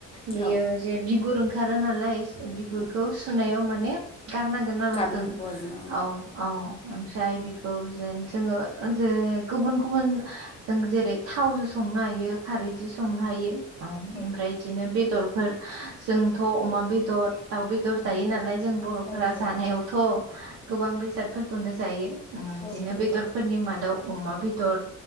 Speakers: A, on the right (about 85°); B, on the left (about 20°).
A: बेयो
B: औ
A: जे बिगुर ओंख रोनालाय नालाय बिगुरखौ
B: उम
A: सुनायाव माने गारनांगोन आरो'
B: गारनांगौ
A: जों
B: आरोना
A: औ औ। ओमफ्राय बिखौ जेन जोङो जे गुबुन गुबुन जों जेरै थावजो संनो हायो खारै जि संनो हायो ओमफ्राय
B: औ
A: बिदिनो बेदर फोर जोंथ' अमा बेदर दाउ बेदर जायो नालाय जों बर'फोरा
B: औ जायो
A: जानायावथ' गोबां बेसादफोरखौनो जायो। ओम
B: औ
A: बिदिनो
B: जायो
A: बेदरफोरनि मादाव अमा बेदर